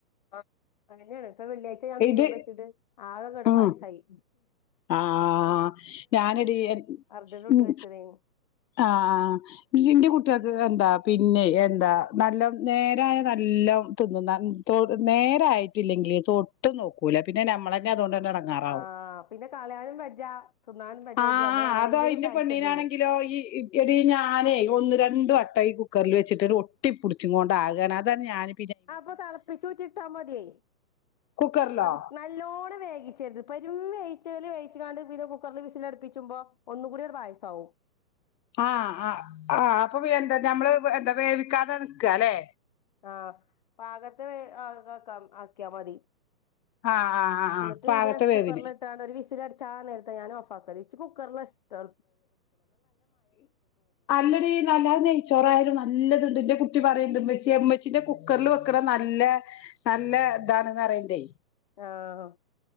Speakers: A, on the left; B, on the left.
A: അഹ് അങ്ങനെയാണ് ഇപ്പൊ വെള്ളിയാഴ്ച ഞാൻ ബിരിയാ
B: ഇത്
A: വച്ചിട്ട് ആകൊക്കെടാ
B: ഉം
A: പായസയി
B: ആഹ് ഞാനടീ
A: അർജന്റുട്ടി
B: ഉം
A: വെച്ചതേനി
B: ആഹ് ബിയ്യിന്റെ കുട്ടിൾക്ക് എന്താ പിന്നെ എന്താ നല്ല നേരായ നല്ലം തിന്നും ന്നൻ ചോറ് നേരായിട്ടില്ലെ ഇല്ലേ തൊട്ടു നോക്കൂല പിന്നെ നമ്മളെന്നെ അതോണ്ട് തന്നെ അടങ്ങാറാവും
A: ആഹ് പിന്നെ കളയാനും വജ്ജ തിന്നാനും വജ്ജ
B: ആഹ്
A: കരുതി നമ്മള് എങ്ങനെങ്കിലും
B: അതോ ഇന്റെ
A: കഴിക്കണ്ടേരും
B: പെണ്ണീനാണെങ്കിലോ ഈ ഇടി <unintelligible> ഞാനേ ഒന്ന് രണ്ട് വട്ട ഈ കുക്കറ്ല് വെച്ചിട്ട് ഒട്ടിപ്പുട്ച്ചുക്കോണ്ട് ആകാൻ അതാണ് ഞാനി
A: ആഹ് അപ്പൊ തളപ്പിച്ചൂറ്റി ഇട്ടാ മത്യെ.
B: കുക്കറിലോ
A: അ അത് നല്ലോണം വേവി രുത് ഇും വേല് വേണ്ട് പിന്നെ കുക്കറിൽ വിസില അടുപ്പിച്ചുമ്പോ ഒന്ന കൂടി അവിടെ പായസമാവും
B: ആഹ് ആ ആ് അപ്പൊ എന്താ ഞമ്മള് എന്താ വേവിക്കാതെ നിക്ക അല്ലെ
A: ആഹ പാകത്തെ ആക്കാം ആക്കിയാ മതി
B: ആഹ് ആഹ് ആഹ് ആഹ്
A: എന്നിട്ട്
B: പാകത്തെ
A: പിന്നെ കുക്കറിലിട്ടാണ്
B: വേവിന്
A: ഒരു വിസി ചാ എടുത്ത ഞാനൻ ഓഫ ആക്ക ചച്ച കുക്കറില്ട
B: അല്ലട നല്ലാതച്ചോറായാലും നല്ലതുണ്ട് എന്റെ കുട്ടി പറ ച്ച എമ്മച്ചിന്റെ കുക്കറിൽ വെക്കണ നല്ല നല്ല ഇതാണെന്ന് അറിയണ്ടേ
A: ആഹ്